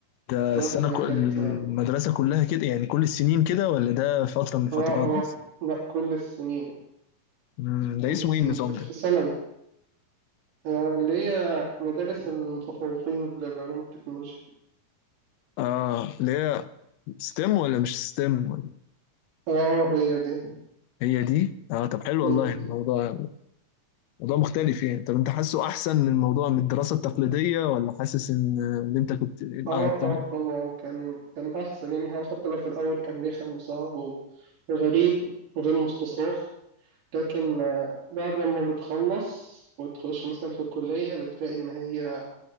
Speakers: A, on the left; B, on the right.
A: ده
B: بس
A: السنة
B: فكانت
A: كل المدرسة
B: اه
A: كلها كده يعني كل السنين كده ولا ده فترة من الفترات
B: اه آه،
A: بس
B: لأ كل السنين
A: مم، ده
B: كل
A: اسمه
B: السنين
A: ايه النظام
B: في
A: ده؟
B: في ثانوي آه، اللي هي مدارس المتفوقين للعلوم والتكنولوجيا
A: اه اللي هي ستيم ولا مش ستيم
B: اه هي دي
A: هي دي؟ اه طب حلو
B: مم.
A: والله يعني الموضوع موضوع مختلف يعني طب انت حاسه احسن من الموضوع من الدراسة التقليدية ولا حاسس ان اللي انت كنت
B: اه
A: قعدت
B: اه طبعا كان كان احسن يعني هو حتى لو في الاول كان رخم وصعب و- وغريب وغير مستصاغ لكن آه، بعد ما بتخلص وتخش مثلا في الكلية بتلاقي ان هي